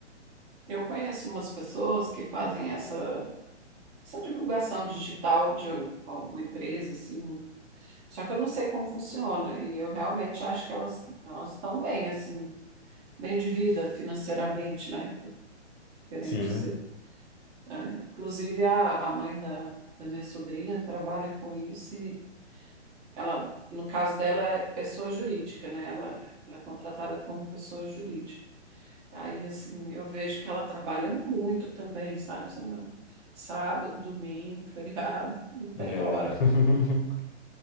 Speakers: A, on the right; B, on the left.
A: Eu conheço umas pessoas que fazem essa, essa divulgação digital de alguma empresa, assim, só que eu não sei como funciona, e eu realmente acho que elas elas estão bem, assim, bem de vida financeiramente, né? Que eu tô querendo
B: Sim,
A: dizer. É, inclusive, a, a mãe da, da minha sobrinha trabalha com isso e Ela, no caso dela, é pessoa jurídica, né? Ela, ela é contratada como pessoa jurídica. Aí, assim, eu vejo que ela trabalha muito também, sabe? Samuel? Sábado, domingo, <laughs> feriado, não tem
B: né?
A: hora.
B: <laughs>